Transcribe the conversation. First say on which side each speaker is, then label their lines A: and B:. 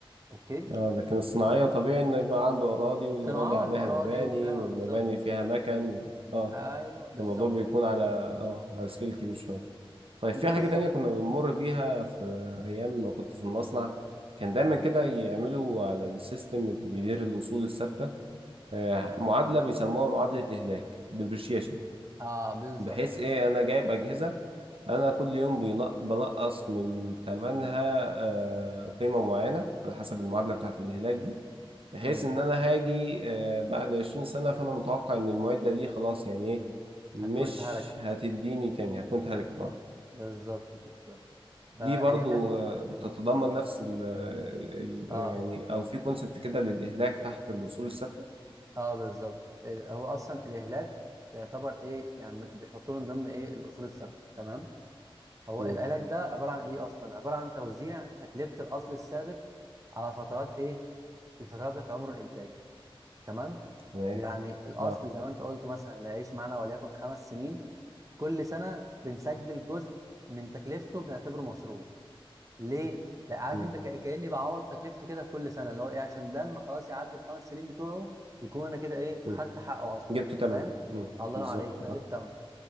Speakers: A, on the right; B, on the right.
A: أوكي
B: اه لكن الصناعيه
A: طيب
B: طبيعي انه يبقى عنده اراضي والاراضي
A: صناعات
B: عليها
A: وأراضي
B: مباني
A: وبتاع
B: والمباني
A: بالظبط
B: فيها مكن اه
A: أيوه بالظبط
B: الموضوع بيكون
A: كده
B: على اه على سكيل كبير شوية طيب
A: بالظبط
B: في حاجة تانية كنا بنمر بيها في أيام ما كنت في المصنع كان دايما كده يعملوا على السيستم اللي بيدير الأصول الثابتة آه، معادلة بيسموها معادلة إهلاك depreciation
A: أه بالظبط
B: بحيث ايه انا جايب اجهزه انا كل يوم بينق- بنقص من ثمنها آه، قيمه معينه على حسب المعادله بتاعه الهلاك دي بحيث
A: امم
B: ان انا هاجي آه، بعد 20 سنه فانا متوقع ان المعده دي خلاص يعني ايه مش
A: هتكون اتهلكت
B: هتديني تاني هكون هلكتها
A: بالظبط بالظبط
B: دي
A: فالإهلاك
B: برضو آه، بتتضمن
A: مم.
B: نفس ال ال-
A: اه
B: ال- يعني او في كونسبت كده للاهلاك تحت الاصول الثابته
A: اه بالظبط إيه، هو أصلا الإهلاك يعتبر إيه يعني بيحطوه من ضمن إيه الأصول الثابتة تمام هو
B: مم،
A: الإهلاك ده عبارة عن إيه أصلا عبارة عن توزيع تكلفة الأصل الثابت على فترات إيه الفترات بتاعت عمر الإنتاج تمام
B: تمام
A: يعني الأصل
B: اه
A: زي ما أنت قلت مثلا اللي هيعيش معانا وليكن خمس سنين كل سنة بنسجل جزء من تكلفته بنعتبره مصروف ليه؟ لا عارف
B: مم،
A: انت ك- كاني بعوض تكلفته كده كل سنه اللي هو ايه عشان لما خلاص يعدي الخمس سنين بتوعه يكون انا كده ايه
B: مم.
A: خدت حقه اصلا
B: جبت تمن
A: فاهم؟
B: مم،
A: الله
B: بالظبط
A: ينور عليك فانا
B: اه
A: جبت ثمنه